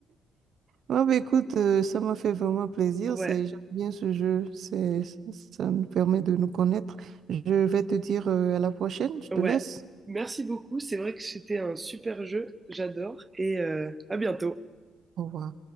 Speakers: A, on the right; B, on the right.
A: Ouais, bah, écoute, euh, ça m'a fait vraiment plaisir.
B: Ouais,
A: C'est, j'aime bien ce jeu. C'est, ça nous permet de nous connaître. Je vais te dire, euh, à la prochaine. Je te
B: ouais.
A: laisse.
B: Merci beaucoup. C'est vrai que c'était un super jeu. J'adore. Et euh, à bientôt.
A: Au revoir.